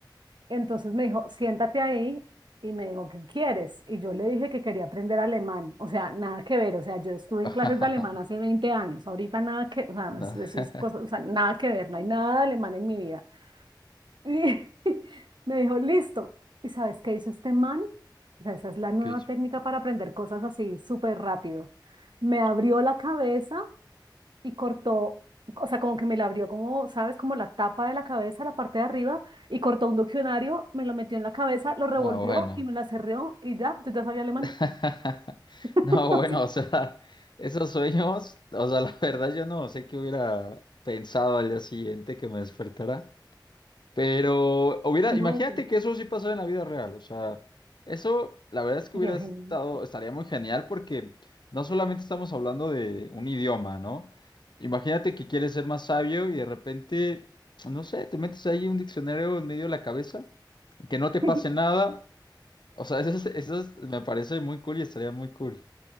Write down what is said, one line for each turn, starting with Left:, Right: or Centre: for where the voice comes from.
Right: Entonces me dijo, siéntate ahí y me dijo, ¿qué quieres? Y yo le dije que quería aprender alemán, o sea, nada que ver, o sea, yo estuve
Left: <laughs>
Right: en clases de alemán hace 20 años, ahorita nada que, o sea,
Left: No,
Right: es- eso
Left: <laughs>
Right: es cosa, o sea, nada que ver, no hay nada de alemán en mi vida. Y <laughs> me dijo, listo. ¿Y sabes qué hizo este man? O sea, esa es la nueva
Left: ¿qué yo?
Right: técnica para aprender cosas así súper rápido. Me abrió la cabeza y cortó, o sea, como que me la abrió como, ¿sabes? Como la tapa de la cabeza, la parte de arriba, y cortó un diccionario, me lo metió en la cabeza, lo revolvió
Left: No, bueno.
Right: y me la cerró y ya, yo ya sabía alemán.
Left: <laughs>
Right: <laughs>
Left: No, bueno,
Right: Sí,
Left: o sea, esos sueños, o sea, la verdad yo no sé qué hubiera pensado al día siguiente que me despertara. Pero hubiera,
Right: no,
Left: imagínate
Right: pues,
Left: que eso sí pasó en la vida real, o sea, eso la verdad es que
Right: sería
Left: hubiera
Right: genial.
Left: estado, estaría muy genial porque no solamente estamos hablando de un idioma, ¿no? Imagínate que quieres ser más sabio y de repente, no sé, te metes ahí un diccionario en medio de la cabeza, que no te pase
Right: <laughs>
Left: nada, o sea, <laughs> eso, es- eso es- me parece muy cool y estaría muy cool.